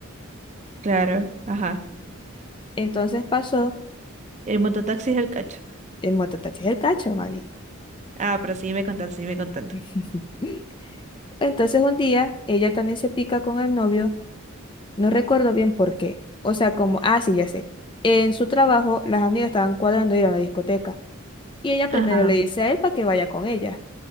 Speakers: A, on the right (about 35°); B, on the left (about 20°).
A: claro, ajá.
B: Entonces pasó,
A: El mototaxi es el cacho.
B: el mototaxi es el cacho, mami.
A: Ah, pero sí me contando, sí me contando.
B: <laughs> Entonces un día ella también se pica con el novio, no recuerdo bien por qué. O sea, como, ah, sí, ya sé. En su trabajo, las amigas estaban cuadrando ir a la discoteca. Y ella
A: Ajá.
B: primero le dice a él para que vaya con ella.